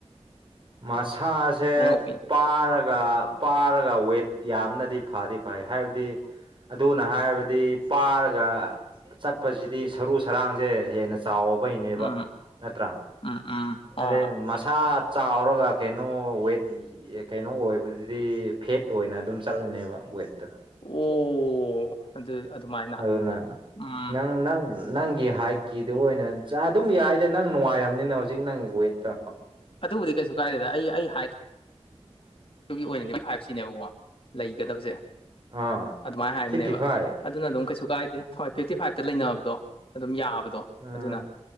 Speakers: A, on the right; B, on the left.
A: ꯃꯁꯥꯁꯦ
B: ꯅꯪ ꯑꯣꯄꯤꯅꯤꯌꯟ
A: ꯄꯥꯔꯒ ꯄꯥꯔꯒ ꯋꯦꯠ ꯌꯥꯝꯅꯗꯤ ꯐꯗꯤ ꯐꯩ ꯍꯥꯏꯕꯗꯤ ꯑꯗꯨꯅ ꯍꯥꯏꯔꯕꯗꯤ ꯄꯥꯔꯒ ꯆꯠ ꯆꯄꯁꯤꯗꯤ ꯁꯔꯨ ꯁꯔꯥꯡꯁꯦ ꯍꯦꯟꯅ ꯆꯠ ꯆꯥꯎꯕꯩꯅꯦꯕ
B: ꯎꯝ
A: ꯅꯠꯇ꯭ꯔꯥ
B: ꯎꯝ ꯎꯝ ꯑꯥ
A: ꯑꯗꯩ ꯏꯁ ꯆꯥꯎꯔꯒ ꯀꯩꯅꯣ ꯋꯦꯠ ꯀꯩꯅꯣ ꯑꯣꯏꯕꯗꯨꯗꯤ ꯐꯦꯠ ꯑꯣꯏꯅ ꯑꯗꯨꯝ ꯆꯠꯂꯅꯦꯕ ꯋꯦꯠ
B: ꯑꯣ ꯑꯗꯨ ꯑꯗꯨꯃꯥꯏꯅ
A: ꯑꯗꯨꯅ
B: ꯎꯝ
A: ꯅꯪ ꯅꯉ ꯅꯪꯒꯤ ꯍꯥꯏꯠꯀꯤꯗꯨꯣ ꯑꯣꯏꯅ ꯆ ꯑꯗꯨꯝ ꯌꯥꯏꯗ ꯅꯪ ꯅꯨꯡꯉꯥꯏꯔꯕꯅꯤꯅ ꯍꯧꯖꯤꯛ ꯅꯪꯒꯤ ꯋꯦꯠꯇꯣ
B: ꯑꯗꯨꯕꯨꯗꯤ ꯀꯩꯁꯨ ꯀꯥꯏꯗꯦꯗ ꯑꯩ ꯍꯥꯏ ꯑꯗꯨꯒꯤ ꯑꯣꯏꯅꯗꯤ ꯐꯥꯏꯚ ꯁꯤꯅꯦꯕꯀꯣ ꯂꯩꯒꯗꯕꯁꯦ
A: ꯑꯥ
B: ꯑꯗꯨꯃꯥꯏꯅ ꯍꯥꯏꯕꯅꯦꯕ
A: ꯐꯤꯐꯇꯤ ꯐꯥꯏꯚ
B: ꯑꯗꯨꯅ ꯑꯗꯨꯝ ꯀꯩꯁꯨ ꯀꯥꯏꯗꯦ ꯍꯣꯏ ꯐꯤꯞꯇꯤ ꯐꯥꯏꯚꯇ ꯂꯩꯅꯕꯗꯣ ꯑꯗꯨꯝ ꯌꯥꯕꯗꯣ
A: ꯎꯝ
B: ꯑꯗꯨꯅ